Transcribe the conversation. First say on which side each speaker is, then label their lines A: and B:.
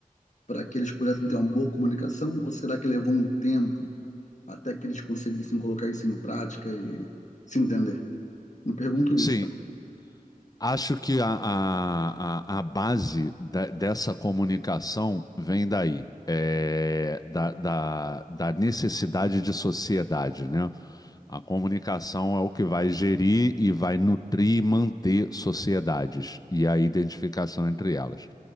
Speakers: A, on the left; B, on the left.
A: para que eles pudessem ter uma boa comunicação? Ou será que levou um tempo até que eles conseguissem colocar isso em prática e se entender? Me pergunto isso,
B: Sim,
A: tá bom?
B: acho que a, a, a, a base da- dessa comunicação vem daí, é, da, da, da necessidade de sociedade, né? A comunicação é o que vai gerir e vai nutrir e manter sociedades e a identificação entre elas.